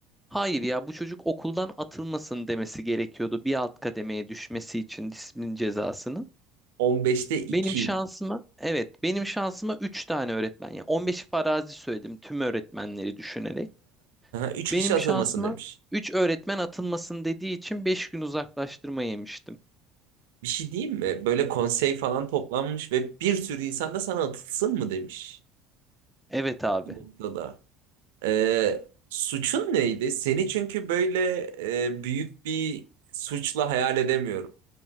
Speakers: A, in the centre; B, on the right.
A: Hayır ya bu çocuk okuldan atılmasın demesi gerekiyordu bir alt kademeye düşmesi için disiplin cezasını.
B: 15'te 2.
A: Benim şansıma evet benim şansıma 3 tane öğretmen ya 15 farazi söyledim tüm öğretmenleri düşünerek.
B: Üç
A: Benim
B: kişi atılmasın
A: şansıma
B: demiş.
A: 3 öğretmen atılmasın dediği için 5 gün uzaklaştırma yemiştim.
B: Bir şey diyeyim mi? Böyle konsey falan toplanmış ve bir sürü insan da sana atılsın mı demiş
A: Evet abi
B: bu noktada. Ee, suçun neydi? Seni çünkü böyle e, büyük bir suçla hayal edemiyorum.